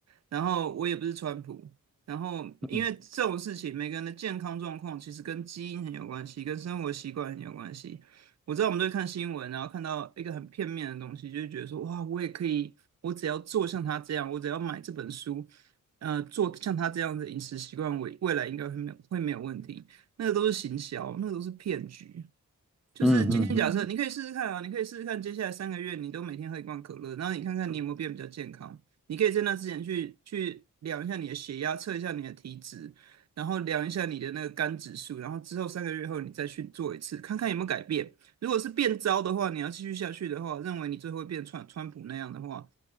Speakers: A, on the right; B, in the centre.
A: 然后我也不是川普，然后因为这种事情，
B: 嗯
A: 每个人的健康状况其实跟基因很有关系，跟生活习惯很有关系。我知道我们都会看新闻，然后看到一个很片面的东西，就是觉得说，哇，我也可以，我只要做像他这样，我只要买这本书，呃，做像他这样的饮食习惯，我未来应该会没有会没有问题。那个都是行销，那个都是骗局。就是今天假设你可以试试看啊，
B: 嗯嗯嗯，
A: 你可以试试看，接下来三个月你都每天喝一罐可乐，然后你看看你有没有变比较健康。你可以在那之前去去量一下你的血压，测一下你的体脂，然后量一下你的那个肝指数，然后之后三个月后你再去做一次，看看有没有改变。如果是变糟的话，你要继续下去的话，认为你最后会变川川普那样的话